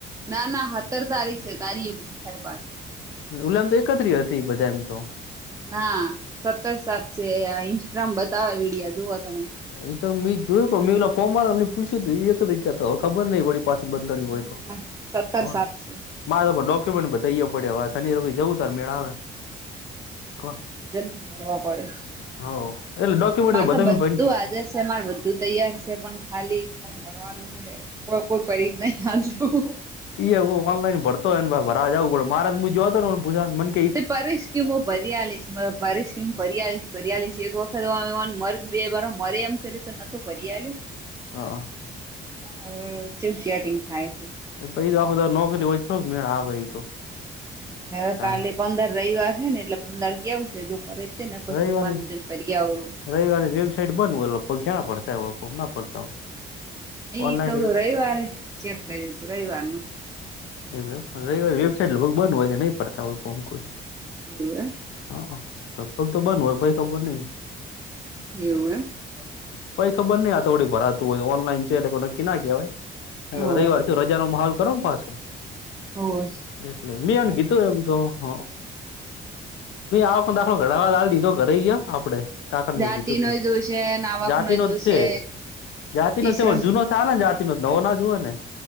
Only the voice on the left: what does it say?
ઉલામ તો એકત્રી હતી બધા એમ તો.
એ તો મેં જોયું પણ મેં એલા ફોમ માર એમને પૂછ્યું તું એ એક જગ્યા તો હવે ખબર નઈ પડી. પાસે બદલાણી હોય
તો
કો
મારે ડોક બધાવ પડે હ શનિ રવી જવું તાર મેળ આવે. કો
હ એટલે ડોક્યુમેન્ટ
બધા
એવ ઓનલાઈન ભરતોયને ભાઈ ભરાજ આવું પડ મારા હું જોતો હતો મ
હ.
એ પછી તો આખો દાડો નોકરી હોય તો થોડો મેણ આવે તો.
તાણ
રવિવારની
રવિવારે વેબસાઇટ બન હોય પગા ના પડતા ફોર્મ ના પડતા હોય.
ઓનલાઈન
વેબ
એવું એમ રવિવારે વેબાઈટ લગભગ બંધ હોય છે નઈ ભરતા હોય ફોર્મ કોઈ.
હા લગભગ તો બંધ હોય પઈ ખબર નઈ.
ભાઈ ખબર નહ આ થોડી ભરાતું હોય ઓનલાઈન છે નકી ના કહેવાય.
રવિ વાર છે રજા નો માહોલ કરો ને પાછું.
એટલે મેં એન કીધું એમ તો હ. આખ દાખો ઘડાવા દાલ દીધો ઘરે આપે. કાકાણ
મેં કીધું
હત
જાતિ
ન
જ છે જાતિ ન
છે જૂનો ચાર ને જાતિ ન નવો ના જ જો હોય ને